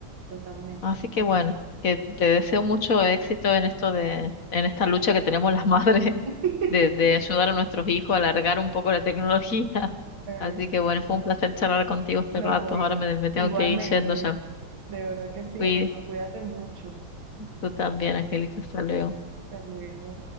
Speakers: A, on the right; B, on the left.
A: totalmente.
B: Así que bueno, que te deseo mucho éxito en esto de, en esta lucha que tenemos las madres <laughs>
A: <laughs>
B: de, de ayudar a nuestros hijos a alargar un poco la tecnología. <laughs>
A: Ay,
B: Así que bueno, fue un placer charlar contigo este
A: no,
B: rato.
A: hijo.
B: Ahora me, me
A: Igualmente,
B: tengo que ir yendo ya.
A: de verdad que sí.
B: Cuí-
A: Bueno, cuídate mucho.
B: Tú también, Angélica. Hasta luego.
A: Hasta luego.